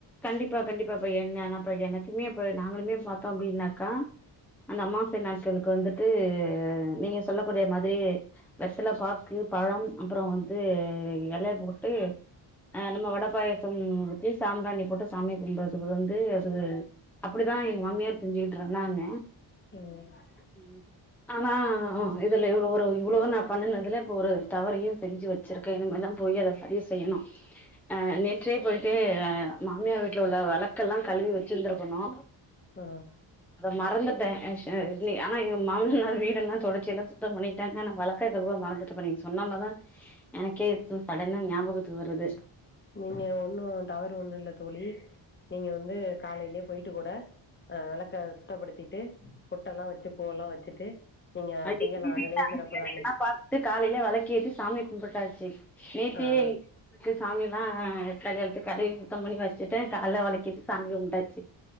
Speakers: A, in the centre; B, on the left (about 25°).
A: கண்டிப்பா கண்டிப்பாப்ப என்ன அப் எனக்குமே இப்ப நாங்களுமே பாத்தோ அப்படின்னாக்கா அந்த அம்மாசை நாட்களுக்கு வந்துட்டு நீங்க சொல்லக்கூடிய மாதிரி வெத்தல பாக்கு பழம் அப்புற வந்து எல போட்டு அ நம்ம வட பாயசம் வெச்சு சாம்ப்ராணி போட்டு சாமி கும்பது வந்து அப்படிதா எங்க மாமியார் செஞ்சுகிட்ருந்தாங்க
B: ம்
A: ம் ஆனா அ இதுல இவ்ளோ ஒரு இவ்ளொவு நா பண்ணுனதுல இப்ப ஒரு தவறையும் செஞ்சு வச்சிருக்கே இனிமேதா போயி அத சரிவு செய்யணு அஹ் நேற்றே பொய்ட்டு அ மாமியா வீட்ல உள்ள வெளக்கெல்லா கழுவி வச்சிருந்ருக்கணு
B: ஆ
A: மறந்துட்ட ஆஷ லி ஆனா எ மாமனார் வீடெல்லா தொடச்சியெல்லா சுத்தம் பண்ணிட்டாங்க நா வெளக்க கழுவ மறந்துட்டப்பா நீ சொன்னோனதா எனக்கே சடனா ஞாபகத்துக்கு வருது
B: நீங்க ஒண்ணு தவறு ஒண்ணில்ல தோழி நீங்க வந்து காலைலயே பொயிட்டு கூட அ வெளக்க சுத்தபடுத்திட்டு பொட்டலா வச்சு பூவெல்லா வச்சுட்டு நீங்க
A: அடிக்கடி
B: செய்யலா அதுலயு
A: <inaudible>
B: சிறப்புதா
A: வேலையெல்லா
B: அன்னைக்கு
A: பாத்துட்டு காலையில வெளக்கிட்டு சாமி கும்புட்டாச்சி நேத்தியே
B: ஆ
A: <inaudible> சாமிலா <unintelligible> கடவி சுத்தம் பண்ணி வச்சுட்ட கால்ல வெளக்கிட்டு சாமிய கும்ட்டாச்சி